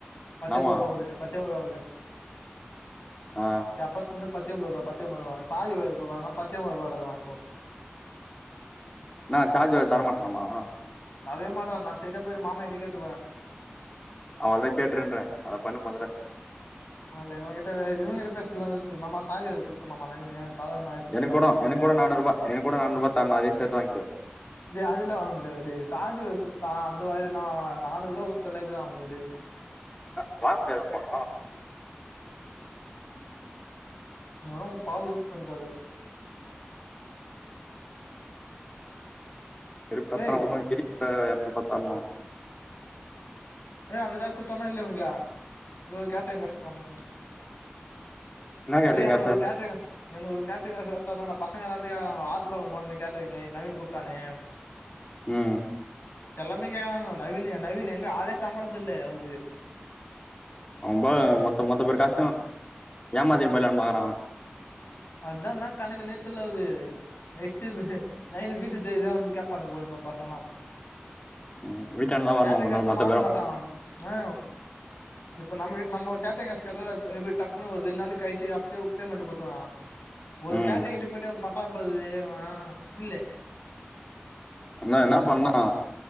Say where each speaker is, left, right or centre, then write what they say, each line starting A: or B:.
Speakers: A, on the left; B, on the left.
A: பத்தெம்பதுருவா
B: நாமா
A: குடு பத்தெம்பது ருவா குடு
B: ஆ
A: எப்பத்துனந்து பத்தெம்பது ருவா பத்தெம்பது ருவா சாவிய வாங்கி குடறானா பத்தெம்பது ருபாயிலக்கறா போ
B: என்னா சார்ஜர் தரமாட்டனாமா
A: தரவே மாட்டா நா ஸ்ட்ரய்டா போய்ட்டு மாமா கிட்டயே கேட்ற போற
B: அவளதா கேட்ருன்ற அத பண்ணு மொதல்ல
A: ப்ப இவங்கிட்ட இவங்கிட்ட பேசல து மாமா சாஜர் குத்தணுமா நவீனு தாதா நா எடுத்து
B: எனக்கு
A: சொன்ன
B: கூட
A: வீட்ல போய்ட்டு
B: எனக்கு கூட நானூறுபா எனக்கு கூட நானூறுபா தரணு அதையு சேத்து வாங்கிக்கோ
A: டே அதுல்லா வாங்க முடியாது டே சாஜர் குத்தா அந்த வலைல என்ன வாங்கலா நானூருபா குத்து எல்லா எது வாங்க முடியாது டே
B: என்ன வாங்க முடியாதா அப்போ
A: எனோ பாவு யூஸ் பண்ணிபாரு <inaudible>
B: வெருப்ப
A: டேய்
B: எத்தனை ஒண்ணு இப்ப பாத்தலா
A: ஏய் அந்த காச குத்தானா இல்லயா உனக்கு இது கேட்ரிங் காசு தணு
B: என்ன கேட்டறீங்க
A: இய் அவனுக்கு
B: சார்
A: கேட்ரிங் என் கேட்ரிங் காசு தரணு டா பசங்க எல்லாமேங் ஆத்துபக்க போணுனு கேட்ரிங்கு நவீன் கூப்ட்டானு
B: ம்
A: எல்லாமே கேக்தானுகோ நவீனு நவீனு எங்க ஆளே தம்பழது இல்லயே உது
B: அவம்பாரு மொத்த மொத்த பேரு காசு ஏமாத்தினு போயலானு பாக்குறா அவ
A: அதா ன்னா கணக்குனு தெர்லது நெஸ்டு நைட் வீட்டு தேடிதா வந்து கேட்பானுங் போல நம பசங்லா
B: ம் வீட்டாண்ட தான் வரணும்
A: கேட்ரிங்
B: ஒரு
A: காச
B: நாள் மொத்த
A: வாங்க
B: பேரும்
A: மாட்டா ஆ இப்ப நம்ம நம்ம கேட்டரிங் காசு கேட்டா இப்ப டப்புன்னு ஒரு ரெண்டு நாளைக்கு கழிச்சு அப்பவே பேமெண்ட் கொடுத்துதா போது
B: ம்
A: கேட்டரிங் எடுத்து போய்ட்டு அவ பன்றா போல முடில
B: என்ன என்ன பண்ணலா